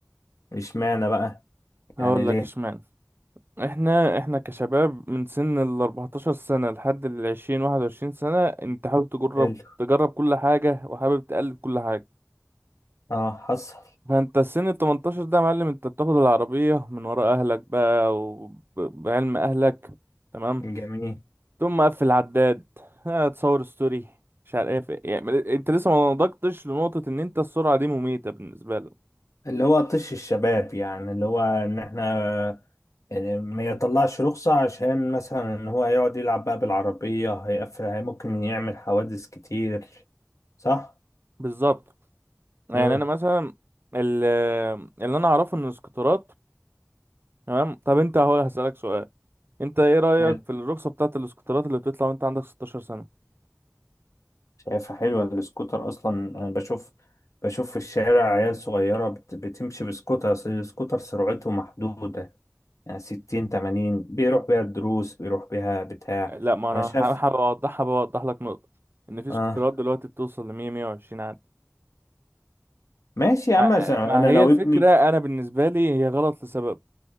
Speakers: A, on the left; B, on the right.
A: اشمعنى بقى
B: هقول
A: يعني ليه
B: لك اشمعنى احنا احنا كشباب من سن ال 14 سنه لحد ال 20 21 سنه انت حابب تجرب
A: حلو
B: تجرب كل حاجه وحابب تقلد كل حاجه
A: اه حصل
B: فانت السن ال 18 ده يا معلم انت بتاخد العربية من ورا اهلك بقى وبعلم اهلك تمام
A: جميل
B: تقوم مقفل عداد ها، تصور ستوري مش عارف ايه يعني انت لسه ما نضجتش لنقطة ان انت السرعة دي مميتة بالنسبة لك
A: اللي هو طش الشباب يعني اللي هو ان احنا يعني ما يطلعش رخصة عشان مثلا ان هو يقعد يلعب بقى بالعربية هيقفل هي ممكن يعمل حوادث كتير صح؟
B: بالظبط يعني
A: مم.
B: انا مثلا ال- اللي انا اعرفه ان الاسكوترات تمام طب انت اهو هسألك سؤال انت ايه رأيك
A: حلو.
B: في الرخصة بتاعة الاسكوترات اللي بتطلع وانت عندك 16 سنة
A: شايفها حلوة السكوتر اصلا انا بشوف بشوف في الشارع عيال صغيرة بت- بتمشي بسكوتر أصل السكوتر سرعته محدودة يعني ستين تمانين بيروح بيها الدروس بيروح بيها بتاع
B: لا ما انا
A: انا شايف
B: ح- حابب اوضحها بوضح لك نقطة ان في
A: اه
B: سكوترات دلوقتي بتوصل ل 100 120
A: ماشي يا
B: آه،
A: عم انا
B: ما هي
A: لو
B: الفكرة
A: ابني
B: أنا بالنسبة لي هي غلط لسبب